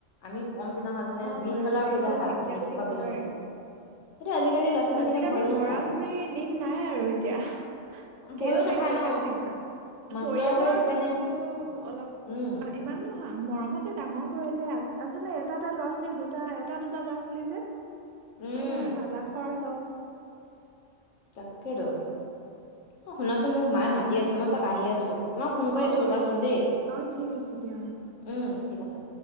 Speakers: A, on the left; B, on the right.
A: আমি কম পিটন সাজোনে
B: অ
A: গ্ৰীণ কালাৰ
B: এচাৰিৰ
A: হৈ
B: আগত
A: যায় হাত
B: বিদ্যা
A: এনেকুৱা
B: বুলি কয়।
A: পিটন দিয়ে সেইটো আজিকালি ল'ৰা ছোৱালী
B: আজিকালি
A: সেইকাৰণে ভয়ো
B: মৰামৰি
A: নাখায়
B: দিন নাই আৰু এতিয়া, কেচে
A: ভয়ো নাখায়
B: হৈ
A: ন
B: যায় চিধা।
A: মাষ্টৰকো
B: পৰিয়ালৰ
A: সেইকাৰণে
B: মানুহবোৰেও অলপ
A: উম
B: ইমানো হা মৰমতে ডাঙৰ কৰে যে, আচলতে এটা এটা ল'ৰা-ছোৱালী দুটা, এটা, দুটা ল'ৰা-ছোৱালী যে সেইকাৰণে
A: উম
B: আৰু আলাসৰ চব।
A: তাকেইটো। অ শুনাচোন, মোক মায়ে মাতি আছে, মই এপাক আহি আছোঁ। মই ফোন কৰি
B: অ
A: আছো
B: দিয়া
A: ৰ'বাচোন দেই।
B: অ ঠিক আছে দিয়া
A: উম ঠিক আছে।